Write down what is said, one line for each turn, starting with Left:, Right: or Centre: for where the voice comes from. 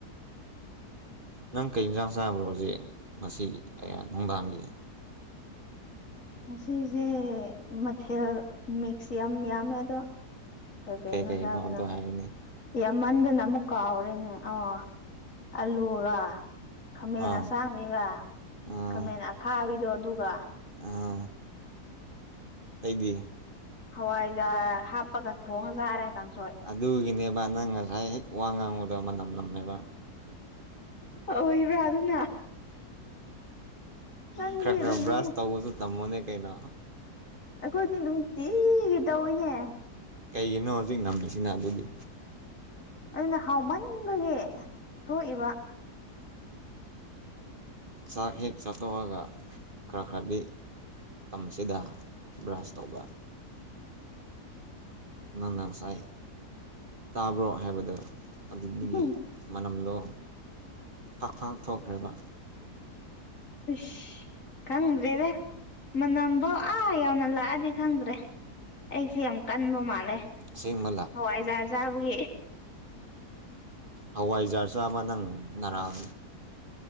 Right: ꯅꯪ ꯀꯩ ꯌꯦꯟꯁꯥꯡ ꯆꯥꯕ꯭ꯔꯣ ꯍꯧꯖꯤꯛ ꯉꯁꯤ ꯑꯩꯍꯥꯛ ꯅꯨꯡꯗꯥꯡꯒꯤ
Left: ꯑꯁꯤꯁꯦ ꯃꯊꯦꯜ ꯃꯤꯛꯁ ꯌꯥꯝ ꯌꯥꯝꯃꯦ ꯑꯗꯣ ꯀꯩ ꯀꯩꯩꯅꯣ
Right: ꯀꯩꯅꯣ
Left: ꯆꯥꯕꯗꯣ
Right: ꯑꯗꯣ ꯍꯥꯏꯌꯨꯅꯦ
Left: ꯌꯥꯝꯃꯟꯗꯅ ꯑꯃꯨꯛ ꯀꯥꯎꯔꯦꯅꯦ ꯑꯣ ꯑꯂꯨꯔ ꯈꯥꯃꯦꯟ
Right: ꯑꯥ
Left: ꯑꯁꯥꯡꯕꯤꯒ
Right: ꯑꯥ
Left: ꯈꯥꯃꯦꯟ ꯑꯈꯥꯕꯤꯗꯣ ꯑꯗꯨꯒ
Right: ꯑꯥ ꯑꯩꯗꯤ
Left: ꯍꯋꯥꯏꯖꯥꯔ ꯍꯥꯞꯄꯒ ꯊꯣꯡꯉ ꯆꯥꯔꯦ ꯀꯥꯡꯁꯣꯏ
Right: ꯑꯗꯨꯒꯤꯅꯦꯕ ꯅꯪ ꯉꯁꯥꯏ ꯍꯦꯛ ꯋꯥ ꯉꯥꯡꯕꯗꯣ ꯃꯅꯝ ꯅꯝꯃꯦꯕ
Left: ꯑꯣꯏꯕ꯭ꯔꯥ ꯑꯗꯨꯅ ꯅꯪꯗꯤ
Right: ꯈꯔ ꯈꯔ
Left: ꯑꯗꯨꯗꯤ
Right: ꯕ꯭ꯔꯁ ꯇꯧꯕꯁꯨ ꯇꯝꯃꯣꯅꯦ ꯀꯩꯅꯣ
Left: ꯑꯩꯈꯣꯏꯗꯤ ꯅꯨꯡꯇꯤꯒꯤ ꯇꯧꯔꯤꯅꯦ
Right: ꯀꯩꯒꯤꯅꯣ ꯍꯧꯖꯤꯛ ꯅꯝꯃꯤꯁꯤꯅ ꯑꯗꯨꯗꯤ
Left: ꯑꯗꯨꯅ ꯍꯥꯎꯃꯟꯕꯒꯤ ꯊꯣꯛꯏꯕ
Right: ꯆꯥꯛ ꯍꯦꯛ ꯆꯥꯊꯣꯛꯑꯒ ꯈꯔ ꯈꯔꯗꯤ ꯃꯇꯝꯁꯤꯗ ꯕ꯭ꯔꯁ ꯇꯧꯕ ꯅꯪꯅ ꯉꯁꯥꯏ ꯇꯥꯕ꯭ꯔꯣ ꯍꯥꯏꯕꯗꯣ ꯑꯗꯨꯗꯒꯤ
Left: ꯎꯝ
Right: ꯃꯅꯝꯗꯣ ꯐꯥꯛ ꯐꯥꯛ ꯊꯣꯛꯈ꯭ꯔꯦꯕ
Left: ꯎꯁ ꯈꯪꯗ꯭ꯔꯦꯗ ꯃꯅꯝꯐꯥꯎ ꯑꯥ ꯌꯥꯎꯅ ꯂꯥꯛꯑꯗꯤ ꯈꯪꯗ꯭ꯔꯦ ꯑꯩꯁꯦ ꯌꯥꯝ ꯀꯟꯕ ꯃꯥꯜꯂꯦ
Right: ꯑꯁꯦꯡꯕ
Left: ꯍꯋꯥꯏꯖꯥꯔ ꯆꯕꯒꯤ
Right: ꯍꯋꯥꯏ ꯖꯥꯔ ꯆꯥ ꯑꯃ ꯅꯪ ꯅꯔꯥꯡ